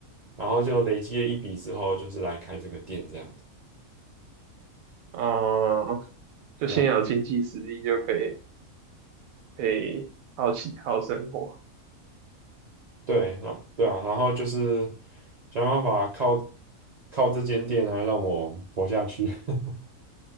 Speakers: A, on the right; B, on the right.
A: 然后就累积了一笔之后，就是来开这个店这样子。
B: 哦、就先有经济实力就可以
A: 对啊，
B: 可以好奇好生活，
A: 对啊，对啊，然后就是想办法靠靠这间店来让我活下去。<laughs>